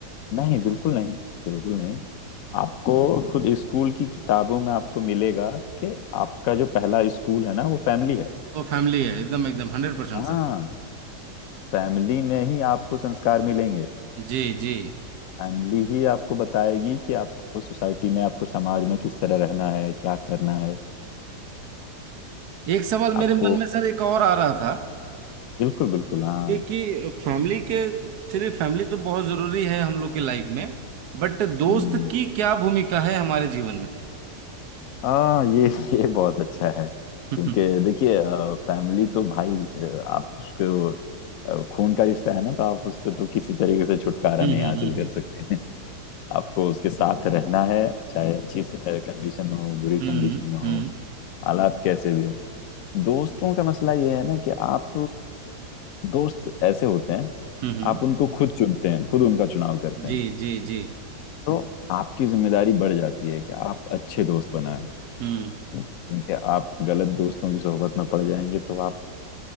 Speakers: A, on the left; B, on the right.
A: नहीं बिल्कुल नहीं बिल्कुल नहीं आपको खुद स्कूल की किताबों में आपको मिलेगा कि आपका जो पहला स्कूल है ना वो फैमिली है
B: वो फैमिली है एकदम एकदम हंड्रेड परसेंट
A: हाँ
B: सर
A: फैमिली में ही आपको संस्कार मिलेंगे
B: जी जी
A: फैमिली ही आपको बताएगी कि आपको सोसाइटी में आपको समाज में किस तरह रहना है क्या करना है
B: एक सवाल
A: आपको
B: मेरे मन में सर एक और आ रहा था
A: बिल्कुल बिल्कुल हाँ
B: एक कि फैमिली के चलिए फैमिली तो बहुत जरूरी है हम लोग के लाइफ में बट दोस्त
A: हम्म
B: की क्या भूमिका है हमारे जीवन में
A: हाँ ये <laughs> ये बहुत अच्छा है
B: <laughs> हम्म
A: क्योंकि देखिए फैमिली तो भाई अ, आप उसको अ, खून का रिश्ता है ना तो आप उससे तो किसी तरीके से छुटकारा
B: हम्म
A: नहीं हासिल
B: हम्म
A: कर सकते हैं <laughs> आपको उसके साथ रहना है चाहे अच्छी कंडीशन में हो बुरी
B: हम्म
A: कंडीशन
B: हम्म
A: में हो
B: हम्म
A: हालात कैसे भी हो दोस्तों का मसला ये है ना कि आप दोस्त ऐसे होते हैं
B: हम्म, हम्म।
A: आप उनको खुद चुनते हैं खुद उनका चुनाव करते
B: जी
A: हैं
B: जी जी
A: तो आपकी जिम्मेदारी बढ़ जाती है कि आप अच्छे दोस्त बनाएं
B: हम्म
A: क्योंकि आप गलत दोस्तों की सोहबत में पड़ जाएंगे तो आप